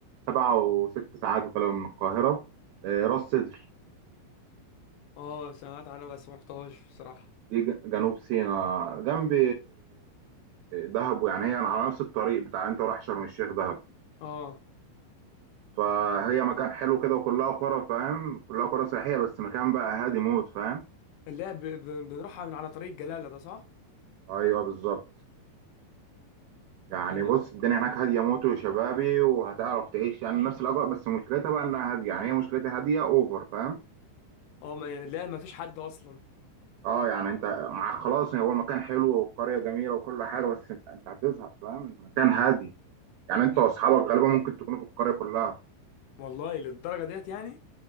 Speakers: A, on the right; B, on the left.
A: سبعة وست ساعات وكلام من القاهره آه، راس سدر
B: اه سمعت عنها بس ما رحتهاش بصراحة
A: دي ج- جنوب سيناء جنب دهب يعني هي على نفس الطريق بتاع انت رايح شرم الشيخ دهب
B: اه
A: فهي مكان حلو كده وكلها قرى فاهم كلها قرى سياحية بس مكان بقى هادي موت فاهم
B: لا ب... ب... بنروح من على طريق جلالة ده صح؟
A: ايوه بالظبط يعني
B: ايوه
A: بص الدنيا هناك هادية موت وشبابي وهتعرف تعيش يعني نفس الأجواء بس مشكلتها بقى إنها هادية يعني هي مشكلتها هادية أوفر فاهم
B: اه ما... لا ما فيش حد أصلا
A: اه يعني انت مع خلاص هو المكان حلو والقرية جميلة وكل حاجة بس انت أنت هتزهق فاهم المكان هادي
B: <laughs>
A: يعني
B: و-
A: انت واصحابك غالبا ممكن تكونوا في القرية كلها
B: والله للدرجة ديت يعني